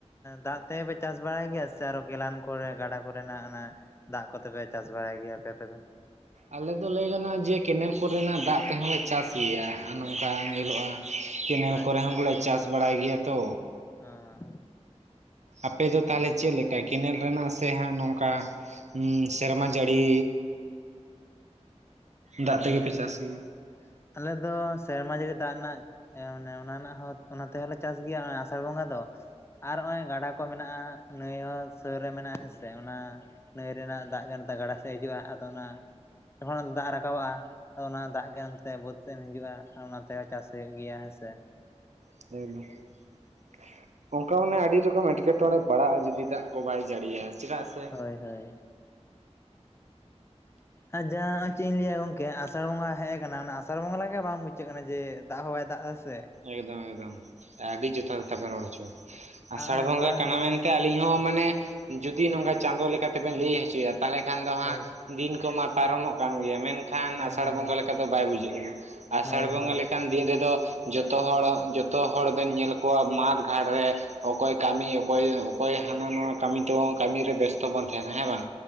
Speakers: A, on the left (about 20°); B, on the right (about 80°).
A: ᱫᱟᱜ ᱛᱮᱜᱮ ᱯᱮ ᱪᱟᱥ ᱵᱟᱲᱟᱭ ᱜᱮᱭᱟ ᱥᱮ ᱟᱨᱚ ᱠᱮᱞᱟᱱ ᱠᱚᱨᱮ ᱜᱟᱰᱟ ᱠᱚᱨᱮᱱᱟᱜ ᱚᱱᱟ ᱫᱟᱜ ᱠᱚᱛᱮᱯᱮ ᱪᱟᱥ ᱵᱟᱲᱟᱭ ᱜᱮᱭᱟ ᱟᱯᱮ ᱟᱯᱮ ᱫᱚ?
B: ᱟᱞᱮ ᱫᱚ ᱞᱟᱹᱭ ᱜᱟᱱᱚᱜ-ᱟ ᱡᱮ ᱠᱮᱱᱮᱞ ᱠᱚᱨᱮᱱᱟᱜ ᱫᱟᱜ ᱞᱮ ᱪᱟᱥ ᱜᱮᱭᱟ ᱱᱚᱝᱠᱟ ᱧᱮᱞᱚᱜ-ᱟ ᱠᱮᱱᱮᱞ
A: ᱟᱪᱪᱷᱟ
B: ᱠᱚᱨᱮ ᱦᱚᱸ ᱵᱚᱞᱮ ᱪᱟᱥ ᱵᱟᱲᱟᱭ ᱜᱮᱭᱟ ᱛᱚ᱾
A: <unintelligible>
B: ᱟᱯᱮ ᱫᱚ ᱛᱟᱦᱞᱮ ᱪᱮᱫ ᱞᱮᱠᱟ ᱠᱮᱱᱮᱞ ᱨᱮᱱᱟᱜ ᱥᱮ ᱦᱟᱸᱜ ᱱᱚᱝᱠᱟ ᱥᱮᱨᱢᱟ ᱡᱟᱹᱲᱤ ᱫᱟᱜ ᱛᱮᱜᱮ
A: ᱞᱟᱹᱭ ᱭᱮᱜ-ᱟ
B: ᱯᱮ ᱪᱟᱥ
A: ᱞᱤᱧ
B: ᱜᱮᱭᱟ
A: ᱟᱞᱮ ᱫᱚ ᱥᱮᱨᱢᱟ ᱡᱟᱹᱲᱤ ᱫᱟᱜ ᱨᱮᱱᱟᱜ, ᱚᱱᱮ ᱚᱱᱟ ᱨᱮᱱᱟᱜ ᱦᱚᱸ ᱚᱱᱟ ᱛᱮᱦᱚᱸᱞᱮ ᱪᱟᱥ ᱜᱮᱭᱟ ᱟᱸ ᱟᱥᱟᱲ ᱵᱚᱸᱜᱟ ᱫᱚ᱾ ᱟᱨ ᱦᱚᱸᱜ-ᱚᱭ ᱜᱟᱰᱟ ᱠᱚ ᱢᱮᱱᱟᱜ-ᱟ ᱱᱟᱹᱭ ᱦᱚᱸ ᱥᱳᱨ ᱨᱮ ᱢᱮᱱᱟᱜ-ᱟ ᱦᱮᱸ ᱥᱮ ᱚᱱᱟ ᱱᱟᱹᱭ ᱨᱮᱱᱟᱜ ᱫᱟᱜ ᱜᱟᱱᱛᱟ ᱜᱟᱰᱟ ᱥᱮᱫ ᱦᱤᱡᱩᱜ-ᱟ ᱟᱫᱚ ᱚᱱᱟ <unintelligible> ᱫᱟᱜ ᱨᱟᱠᱟᱵᱟᱜ-ᱟ ᱟᱫᱚ ᱚᱱᱟ ᱫᱟᱜ ᱜᱮ ᱮᱱᱛᱮ ᱵᱟᱹᱫᱽ ᱥᱮᱱ ᱦᱤᱡᱩᱜ-ᱟ ᱚᱱᱟ ᱛᱮᱦᱚᱸ ᱪᱟᱥ ᱦᱳᱭᱳᱜ ᱜᱮᱭᱟ ᱦᱮᱸᱥᱮ᱾
B: <unintelligible> ᱚᱝᱠᱟ ᱢᱟᱱᱮ ᱟᱹᱰᱤ ᱨᱚᱠᱚᱢ ᱮᱴᱠᱮᱴᱚᱬᱮ ᱯᱟᱲᱟᱜ-ᱟ ᱡᱩᱫᱤ ᱫᱟᱜ ᱠᱚ ᱵᱟᱭ ᱡᱟᱹᱲᱤᱭᱟ ᱪᱮᱫᱟᱜ ᱥᱮ
A: ᱦᱳᱭ ᱦᱳᱭ᱾ ᱟᱨ ᱡᱟᱦᱟᱸ ᱪᱮᱫ ᱤᱧ ᱞᱟᱹᱭᱟ ᱜᱚᱝᱠᱮ ᱟᱥᱟᱲ ᱵᱚᱸᱜᱟ ᱦᱮᱜ ᱠᱟᱱᱟ ᱚᱱᱟ ᱟᱥᱟᱲ ᱵᱚᱸᱜᱟ ᱞᱮᱠᱟ ᱜᱮ ᱵᱟᱝ ᱵᱩᱡᱷᱟᱹᱜ ᱠᱟᱱᱟ ᱡᱮ ᱫᱟᱜ ᱦᱚ ᱵᱟᱭ ᱫᱟᱜ ᱫᱟ ᱥᱮ
B: ᱮᱠᱫᱚᱢ ᱮᱠᱫᱚᱢ ᱟᱹᱰᱤ ᱟ ᱡᱚᱛᱷᱟᱛ ᱠᱟᱛᱷᱟ ᱯᱮ ᱨᱚᱲ ᱦᱚᱪᱚ ᱟᱥᱟᱲ
A: ᱦᱚᱸᱜᱼᱚᱭ
B: ᱵᱚᱸᱜᱟ
A: ᱫᱷᱚᱨᱚᱱ
B: ᱠᱟᱱᱟ
A: ᱫᱤᱱ
B: ᱢᱮᱱᱛᱮ
A: ᱜᱮ
B: ᱟᱞᱤᱧ ᱦᱚᱸ
A: ᱦᱮᱸ
B: ᱢᱟᱱᱮ ᱡᱩᱫᱤ ᱱᱚᱝᱠᱟ ᱪᱟᱸᱫᱚ ᱞᱮᱠᱟ ᱛᱮᱵᱮᱱ ᱞᱟᱹᱭ ᱦᱚᱪᱚᱭᱟ ᱛᱟᱦᱟᱞᱮ ᱠᱷᱟᱱ ᱫᱚ ᱦᱟᱸᱜ
A: ᱦᱳᱭ
B: ᱫᱤᱱ ᱠᱚᱢᱟ ᱯᱟᱨᱚᱢᱚᱜ ᱠᱟᱱ ᱜᱮᱭᱟ ᱢᱮᱱ ᱠᱷᱟᱱ
A: ᱮᱠᱫᱚᱢ
B: ᱟᱥᱟᱲ ᱵᱚᱸᱜᱟ
A: ᱮᱠᱫᱚᱢ
B: ᱞᱮᱠᱟ ᱫᱚ ᱵᱟᱭ ᱵᱩᱡᱷᱟᱹᱜ ᱠᱟᱱᱟ, ᱟᱥᱟᱲ
A: ᱦᱳᱭ
B: ᱵᱚᱸᱜᱟ
A: ᱦᱳᱭ
B: ᱞᱮᱠᱟᱱ ᱫᱤᱱ ᱨᱮᱫᱚ ᱡᱚᱛᱚ ᱦᱚᱲ ᱡᱚᱛᱚ ᱦᱚᱲ ᱵᱮᱱ ᱧᱮᱞ ᱠᱚᱣᱟ ᱢᱟᱴᱷ ᱜᱷᱟᱴ ᱨᱮ ᱚᱠᱚᱭ ᱠᱟᱹᱢᱤ ᱚᱠᱚᱭ ᱚᱠᱚᱭ ᱦᱟᱱᱟ ᱱᱚᱣᱟ ᱠᱟᱹᱢᱤ ᱛᱮᱵᱚᱱ ᱠᱟᱹᱢᱤ ᱨᱮ ᱵᱮᱥᱛᱚ ᱵᱚᱱ ᱛᱟᱦᱮᱱᱟ ᱦᱮᱸ ᱵᱟᱝ